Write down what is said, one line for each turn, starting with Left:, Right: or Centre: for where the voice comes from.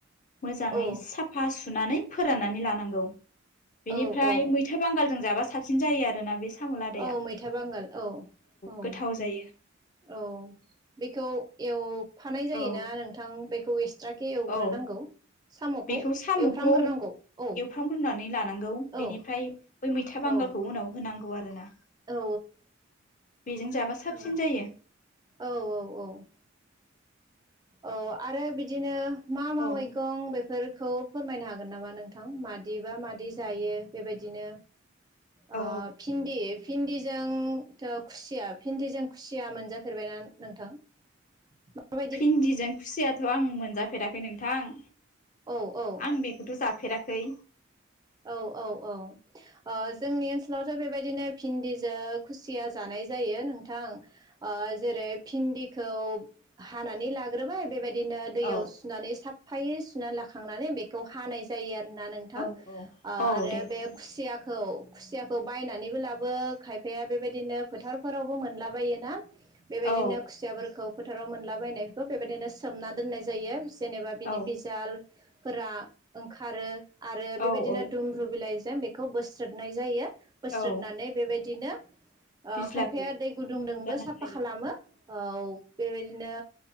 Left: मोजाङै
Right: औ
Left: साफा सुनानै फोराननानै लानांगौ
Right: औ
Left: बेनिफ्राय
Right: औ
Left: मैथा बांगालजों जाबा साबसिन जायो आरोना बे साम' लादाया
Right: औ मैथा बांगाल औ औ
Left: गोथाव जायो
Right: औ बेखौ एव- फानाय जायोना
Left: औ
Right: नोंथां बेखौ एक्सट्राके एवग्रोनांगौ
Left: औ
Right: साम'खौ
Left: बेखौ साम'खौ
Right: एवफ्रामग्रोनांगौ औ
Left: एवफ्रामग्रोनानै लानांगौ
Right: औ
Left: बेनिफ्राय बै मैथा
Right: औ
Left: बांगालखौ उनाव होनांगौ आरो ना
Right: औ
Left: बेजों जाबा साबसिन
Right: औ
Left: जायो।
Right: औ औ औ औ आरो बिदिनो मा मा
Left: औ
Right: मैगं बे- फोरखौ फोरमायनो हागोन नामा नोंथां मादिबा मादि जायो बेबायदिनो अ
Left: औ
Right: भिनदि भिन्दिजोंथ' खुसिया भिन्दिजों खुसिया मोनजाफेरबायना नोंथां? माबाय
Left: भिन्दिजों खुसियाथ' आं मोनजाफेराखै नोंथां
Right: औ औ
Left: आं बेखौथ' जा- फेराखै
Right: औ औ औ ओ जोंनि ओन सोलावथ' बेबायदिनो भिन्दिजों खुसिया जानाय जायो नोंथां ओ जेरै भिन्दिखौ हानानै लाग्रोबाय बेबाय- दिनो दैयाव
Left: औ
Right: सुनानै साफफायै सुनानै लाखांनानै बेखौ हानाय जायो आरो ना नोंथां
Left: औ
Right: आरो
Left: औ दे
Right: बे
Left: नोंथां
Right: खुसियाखौ खुसियाखौ बायनानैबो लाबो खाय- फाया बेबायदिनो फोथारफोरावबो मोनला बायोना बेबायदिनो
Left: औ
Right: खुसियाफोरखौ फोथाराव मोनलाबायनायखौ बेबायाददिनो सोमना दोननाय जायो जेनेबा बिनि
Left: औ
Right: बिजाल फोरा ओंखारो आरो बेबायदिनो
Left: औ औ
Right: दुमर्रु बिलाइ जों बेखौ बोस्रोदनाय जायो बोस्रोदनानै
Left: औ
Right: बेबायदिनो ओ
Left: बिज्लाखौ
Right: खायफाया दै गुदुंदोंबो
Left: हुगारनानै
Right: साफा
Left: लायो
Right: खालामो औ बेबाय दिनो